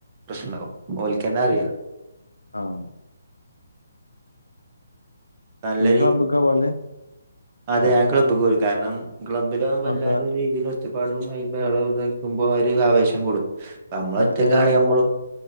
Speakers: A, on the right; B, on the left.
A: പ്രശ്നമാകവും ഓൽക്കനറിയ
B: ആഹ
A: നല്ലൊരു
B: എനി ഹബബ കവാല
A: അതെ ആ ക്ലബ പോലും കാരണം ക്ലബിലകുമ്പോ
B: മറ്റേ
A: എല്ലാരുംീതി ചുറ്റുപ്പാടുകളമായി ബള നൽക്കുമ്പോൾ അവര് ആവേശം കൂടും നമ്മള്
B: ഏ
A: ഒറ്റക്കാണെ
B: ഏത്
A: നമ്മള്